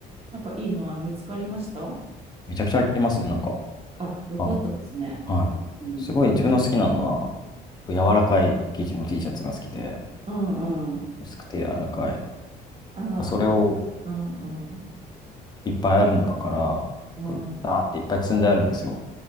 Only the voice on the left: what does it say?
めちゃくちゃありますね、なんか。
あの、はい。
すごい自分の好きなのは、こう柔らかい生地の T シャツが好きで、
薄くて柔らかい。
それを
いっぱいある中から、
こう、ダーっていっぱい積んであるんですよ。